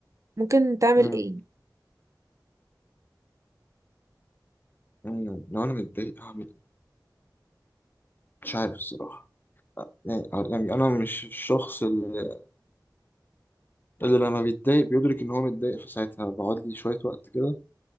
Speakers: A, on the right; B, on the left.
A: ممكن تعمل
B: مم.
A: ايه
B: مم. لو انا متضايق هعمل ايه مش عارف الصراحه يعني يعني انا مش الشخص اللي, اللي لما بيتضايق بيدرك ان هو متضايق في ساعتها بقعد لي شويه وقت كده